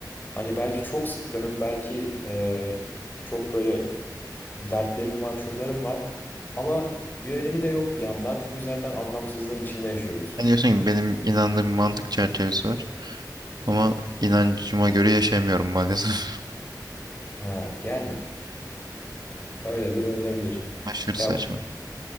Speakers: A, on the left; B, on the right.
A: Hani belki çok sıkkınım, belki e, çok böyle dertlerim var, şunlarım var. Ama bir önemi de yok bir yandan. Çünkü zaten anlamsızlığın içinde yaşıyoruz.
B: Ben diyorsun ki benim inandığım bir mantık çerçevesi var. Ama inancıma göre yaşayamıyorum maalesef.
A: Ha, yani öyle de denilebilir.
B: <laughs> Aşırı
A: Ya
B: saçma.